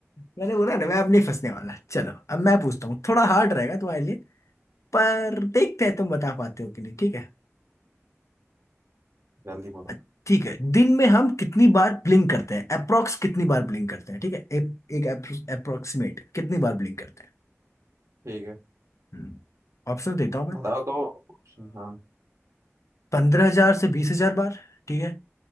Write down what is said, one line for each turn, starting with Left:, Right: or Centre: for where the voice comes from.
Left: मैंने बोला ना मैं अब नहीं फंसने वाला चलो अब मैं पूछता हूँ थोड़ा हार्ड रहेगा तुम्हारे लिए पर देखते हैं तुम बता पाते हो कि नहीं ठीक है
Right: जल्दी बोलो
Left: अ- ठीक है दिन में हम कितनी बार ब्लिंक करते हैं अप्रोक्स कितनी बार ब्लिंक करते हैं ठीक है ए, एक अप्रोक्सीमेट कितनी बार ब्लिंक करते
Right: ठीक है
Left: हैं ऑप्शन देता हूं मैं
Right: बताओ तो ऑप्शन, हाँ
Left: पंद्रह हजार से बीस हजार बार ठीक है